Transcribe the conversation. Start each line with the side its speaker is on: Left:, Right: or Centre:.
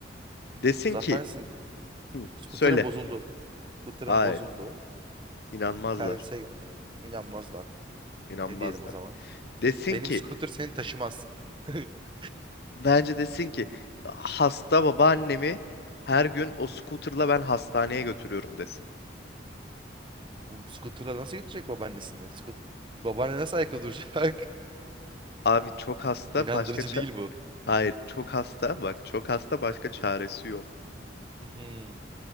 Left: Desin
Right: Muzaffer
Left: ki
Right: misin?
Left: Hı.
Right: Scooter'ın
Left: söyle.
Right: bozuldu. Scooter'ın
Left: Hayır,
Right: bozuldu.
Left: inanmazlar.
Right: Servise gönderdi. İnanmazlar.
Left: İnanmazlar.
Right: Ne diyelim o zaman?
Left: Desin
Right: Benim
Left: ki
Right: scooter seni taşımaz. <laughs>
Left: bence desin ki hasta babaannemi her gün o scooter'la ben hastaneye götürüyorum desin.
Right: Bu Scooter'la nasıl götürecek babaannesini? Scoot Babaanne nasıl ayakta duracak?
Left: Abi çok hasta
Right: <laughs> İnandırıcı
Left: başka ça-
Right: değil bu.
Left: Hayır, çok hasta. Bak çok hasta başka çaresi yok.
Right: Mhm,